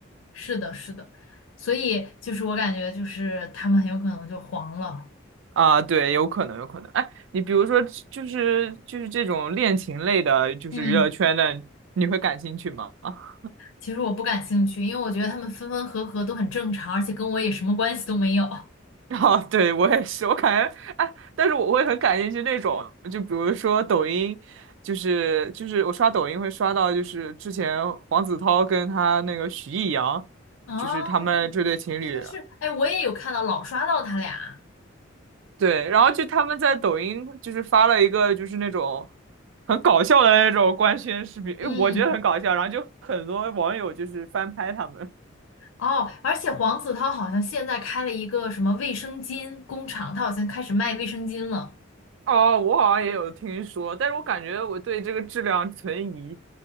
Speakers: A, on the left; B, on the right.
A: 是的，是的，所以就是我感觉就是他们很有可能就黄了。
B: 啊，对，有可能，有可能。哎，你比如说，就是就是这种恋情类的，就是娱乐圈的，
A: 嗯，
B: 你会感兴趣吗？<laughs>
A: 其实我不感兴趣，因为我觉得他们分分合合都很正常，而且跟我也什么关系都没有。
B: 哦，对，我也是，我感觉，哎，但是我会很感兴趣那种，就比如说抖音，就是就是我刷抖音会刷到，就是之前黄子韬跟他那个许艺洋，
A: 哦，
B: 就是他们这对情侣。
A: 哎，我也有看到老刷到他俩。
B: 对，然后就他们在抖音就是发了一个就是那种很搞笑的那种官宣视频，因为我觉得很搞笑，
A: 嗯，
B: 然后就很多网友就是翻拍他们。
A: 哦，而且黄子韬好像现在开了一个什么卫生巾工厂，他好像开始卖卫生巾了。
B: 哦，我好像也有听说，但是我感觉我对这个质量存疑。